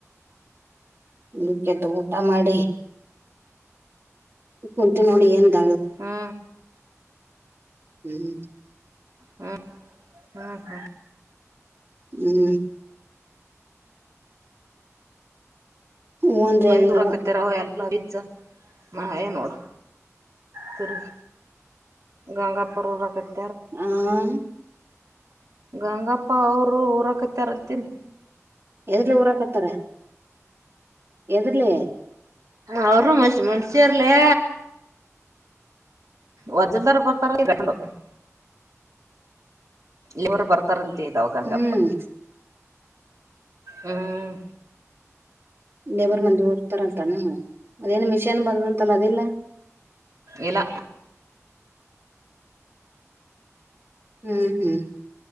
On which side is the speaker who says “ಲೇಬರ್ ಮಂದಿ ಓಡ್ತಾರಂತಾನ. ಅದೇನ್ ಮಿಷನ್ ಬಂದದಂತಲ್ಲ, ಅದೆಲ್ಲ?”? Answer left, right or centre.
Right